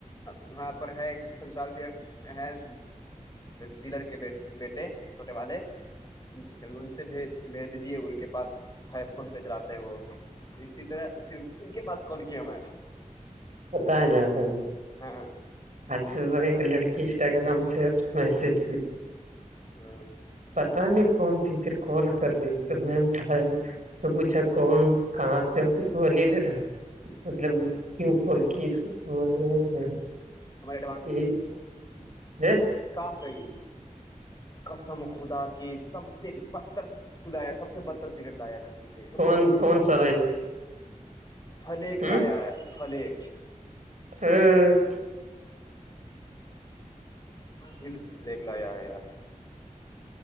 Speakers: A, on the left (about 30°); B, on the right (about 65°).
A: وہاں پر ہے شمساد بھی ہے ڈلر کے بیٹے چھوٹے والے ان سے بھیج بھیج دیجے ان کے پاسائی فون پہ چلاتے ہیں وہ اسی طرح پھر ان کے پاس کلکم ہے
B: بت جاؤ گ
A: ہاں
B: اج صبح لڑکی انسٹاگررام سے میسج
A: ہ
B: پتا نہیں کون تھی پھر کال کر دی تو میں اٹھایا
A: ہ
B: تو پوچھا کون کہاں سے کچھ بلیے ن تھاا مطلب فک تو ب
A: ہمارے
B: س
A: کہاں کہی قسم خدا کے سب سے بدتر تو لایا سب سے بدتر سگریٹ لایا قسم سے سب
B: کون
A: سے بدتر
B: کون سا ریل
A: پلیک
B: ہوں
A: لایا ہے پلیک
B: اے،
A: ولس لیک لایا ہے یار